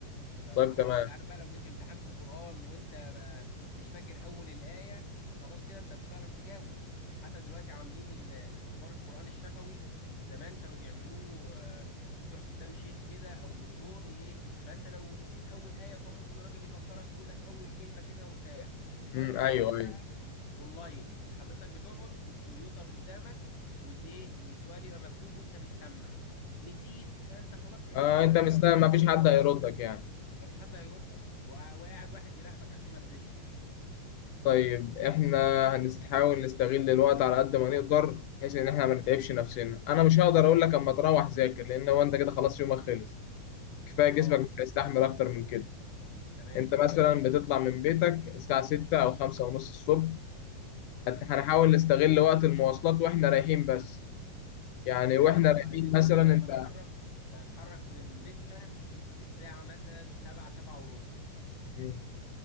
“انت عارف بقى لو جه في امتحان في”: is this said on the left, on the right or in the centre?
Left